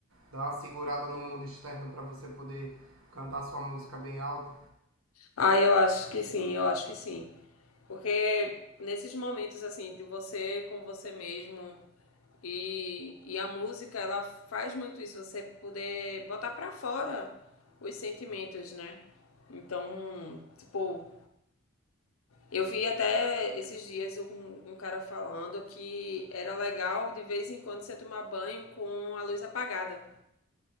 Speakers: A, on the right (about 75°); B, on the left (about 85°).
A: dar uma segurada no mundo externo para você poder cantar sua música bem alta.
B: Ah, eu acho que sim, eu acho que sim. Porque nesses momentos assim de você com você mesmo e, e a música, ela faz muito isso, você poder botar pra fora os sentimentos, né? Então, tipo, Eu vi até esses dias um, um cara falando que era legal de vez em quando você tomar banho com a luz apagada.